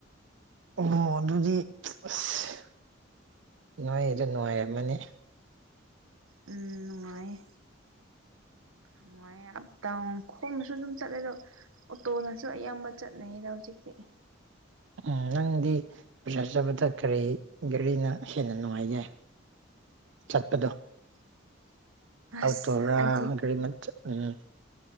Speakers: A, on the right; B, on the right.
A: ꯑꯣ ꯑꯗꯨꯗꯤ ꯑꯁ ꯅꯣꯏ ꯑꯗꯨ ꯅꯨꯡꯉꯥꯏꯔꯝꯃꯅꯤ
B: ꯎꯝ ꯅꯨꯡꯉꯥꯏꯌꯦ ꯅꯨꯡꯉꯥꯏꯌꯦ ꯑꯞ ꯗꯥꯎꯟ ꯈꯣꯡꯅꯁꯨ ꯑꯗꯨꯝ ꯆꯠꯂꯦꯗꯣ ꯑꯣꯇꯣꯅꯁꯨ ꯑꯌꯥꯝꯕ ꯆꯠꯅꯩꯌꯦꯗ ꯍꯧꯖꯤꯛꯇꯤ
A: ꯎꯝ ꯅꯪꯗꯤ ꯕꯖꯥꯔ ꯆꯄꯗ ꯀꯔꯤ ꯒꯔꯤꯅ ꯍꯦꯟꯅ ꯅꯨꯡꯉꯥꯏꯒꯦ ꯆꯠꯄꯗꯣ
B: <inaudible>
A: ꯑꯣꯇꯣꯔꯥ
B: ꯑꯩꯗꯤ
A: ꯒꯥꯔꯤ ꯃꯆꯥ ꯎꯝ